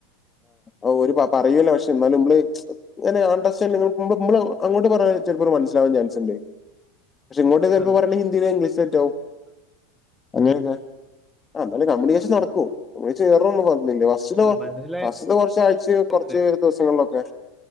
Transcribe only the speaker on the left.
ഓ ഒരു പറയൂല്ല പക്ഷെ ന്നാലും മ്മള് ചെ ങ്ങനെ ആണ്ടർസ്റ്റാൻഡ് നോക്ക് മ്മളെ അങ്ങട്ട് പറഞ്ഞൽ ചിലപ്പോൾ മനസിലാാവൻ ചാൻസ്ണ്ട് പക്ഷെ ഇങ്ങോട്ട് ചിലപ്പോ
പറഞ്ഞ ഹിന്ദിയൊക്കെ ഇംഗ്ലീശോക്കെ തറ്റോവും അങ്ങനെയൊക്കെ ആ ന്നാലും കമ്യൂണിക്കേഷൻ
നടക്കും ഒയ്ച്ചു കയറൊന്നും പറഞ്ഞില്ല പാസ്ററ്തെ
പാസ്റ്റത്തെ കുറച്ച ആഴ്ച കൊറച്ച്
ദിവസങ്ങളിലൊക്കെ